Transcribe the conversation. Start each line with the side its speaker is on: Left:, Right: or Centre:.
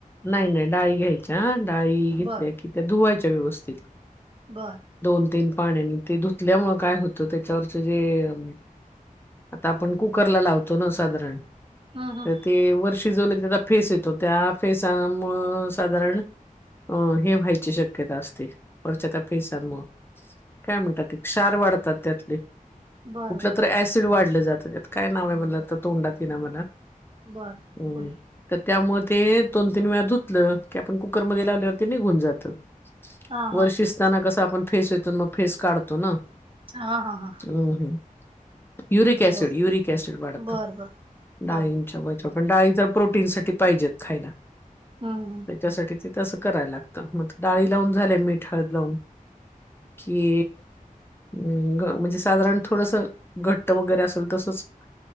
Left: नाही नाही डाळी घ्यायच्या डाळी घेतल्या
Right: बरं
Left: की त्या धुवायच्या व्यवस्थित
Right: बरं
Left: दोन तीन पाण्यानी ते धुतल्यामुळे काय होतं त्याच्यावरचे जे अ आता आपण कुकर ला लावतो ना साधारण
Right: हं हं
Left: तर ते वर शिजवले त्याचा फेस येतो त्या फेसामुळे साधारण अं हे व्हायची शक्यता असते वरच्या त्या फेसांमुळे काय म्हणतात क्षार वाढतात त्यातले
Right: बरं
Left: कुठलं
Right: बरं
Left: तर ऍसिड वाढले काय नाव आहे तोंडात येणा मला
Right: बरं
Left: हम्म.
Right: पुढे
Left: तर त्यामुळे ते दोन तीन वेळा धुतलं की आपण कुकरमध्येध्ये लावल्यावर ते निघून जात.
Right: हा
Left: वर
Right: हा
Left: शिजताना कस आपण फेस येतून मग फेस काढतो ना.
Right: हा हा हा
Left: हम् हम्. युरिक ऍसिड
Right: बरं
Left: युरिक ऍसिड वाढतं
Right: बरं बरं
Left: डाळींच्या
Right: बरं
Left: पण डाळी तर प्रोटीन ते पाहिजेत खायला
Right: हं हं
Left: त्याच्यासाठी तसं करायला लागतं मग डाळी लावून झाल्या मिठ हाळ लावून कि हम म्हणजे साधारण थोडस घट्ट वगैरे असेल तसच